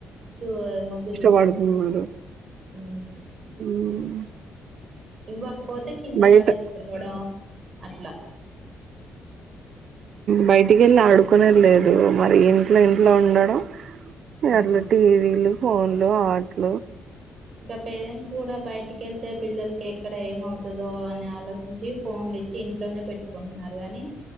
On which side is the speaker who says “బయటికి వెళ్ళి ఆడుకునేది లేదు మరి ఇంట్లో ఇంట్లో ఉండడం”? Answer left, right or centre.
Right